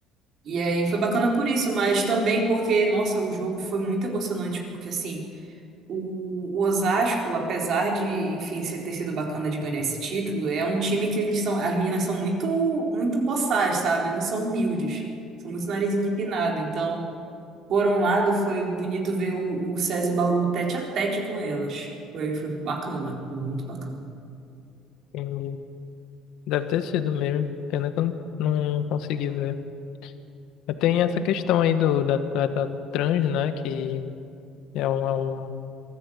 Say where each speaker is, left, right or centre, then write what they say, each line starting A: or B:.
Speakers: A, on the right; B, on the left.
A: E aí foi bacana por isso, mas também porque, nossa, o jogo foi muito emocionante, porque, assim. O o Osasco, apesar de, enfim, ser- ter sido bacana de ganhar esse título, é um time que eles são, as meninas são muito, muito boçais, sabe? Não são humildes, são muito narizinho empinado. Então, por um lado, foi bonito ver o, o SESI Bauru tete a tete com elas. Foi, foi bacana, foi muito bacana.
B: entendi. Deve ter sido mesmo. Pena que eu não, não consegui ver. Mas Tem essa questão aí do, da trata trans, né? Que é um, é um,